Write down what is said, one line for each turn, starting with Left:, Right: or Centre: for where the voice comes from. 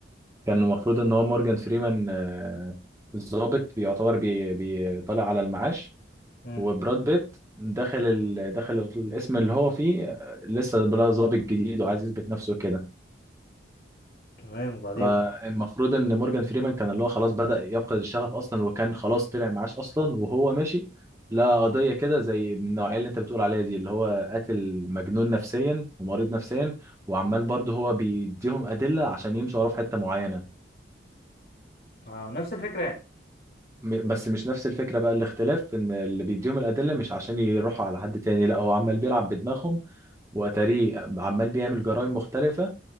Right: كان المفروض ان هو مورجان فريمان آه، الضابط بيعتبر بي- بيطلع على المعاش
Left: امم
Right: وبراد بيت دخل ال... دخل الاسم اللي هو فيه آه، لسه بقى ضابط جديد وعايز يثبت نفسه كده
Left: تمام وبعدين
Right: فالمفروض ان مورجان فريمان كان اللي هو خلاص بدأ يفقد الشغف اصلا وكان خلاص طلع معاش اصلا وهو ماشي لا قضية كده زي من النوعية اللي انت بتقول عليها دي اللي هو قاتل مجنون نفسيا ومريض نفسيا وعمال برضه هو بيديهم أدلة عشان يمشوا وراه في حتة معينة
Left: اه نفس الفكره يعني
Right: م- بس مش نفس الفكرة بقى الاختلاف في ان اللي بيديهم الأدلة مش عشان يروحوا على حد تاني لا هو عمال بيلعب بدماغهم وأتاريه عمال بيعمل جرائم مختلفة